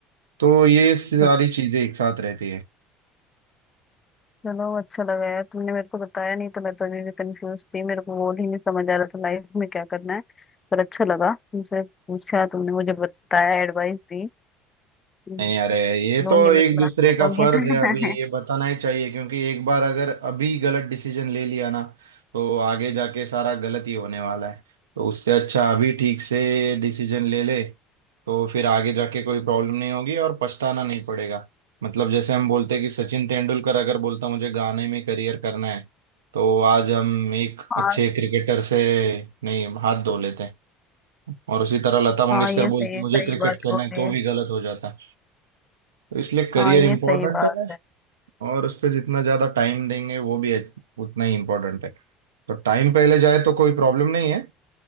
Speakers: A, on the right; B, on the left.
A: तो ये सारी
B: अच्छा।
A: चीजें एक साथ रहती है
B: चलो अच्छा लगा यार तुमने मेरे को बताया नहीं तो मैं तो अभी भी कंफ्यूज थी मेरे को गोल ही नहीं समझ आ रहा था लाइफ में क्या करना है पर अच्छा लगा तुमसे पूछा तुमने मुझे बताया एडवाइस दी हम्म,
A: नहीं अरे ये
B: लूंगी
A: तो एक
B: मैं क्लास
A: दूसरे
B: में
A: का
B: लूंगी
A: फर्ज
B: <laughs>
A: है अभी ये बताना ही चाहिए क्योंकि एक बार अगर अभी गलत डिसीजन ले लिया ना तो आगे जाके सारा गलत ही होने वाला है तो उससे अच्छा अभी ठीक से डिसीजन ले ले तो फिर आगे जाके कोई प्रॉब्लम नहीं होगी और पछताना नहीं पड़ेगा मतलब जैसे हम बोलते हैं कि सचिन तेंदुलकर अगर बोलता मुझे गाने में करियर करना है तो आज हम एक
B: हाँ
A: अच्छे क्रिकेटर से नहीं हाथ धो लेते हैं और उसी तरह लता मंगेशकर
B: हाँ ये
A: बोलती
B: सही
A: मुझे
B: सही
A: क्रिकेट
B: बात
A: खेलना
B: बोले
A: है तो भी गलत हो जाता है तो इसलिए करियर
B: हाँ ये
A: इम्पोर्टेंट
B: सही बात
A: है
B: है
A: और उस पर जितना ज़्यादा टाइम देंगे वो भी अच्छ- उतना ही इम्पोर्टेंट है तो टाइम पहले जाए तो कोई प्रॉब्लम नहीं है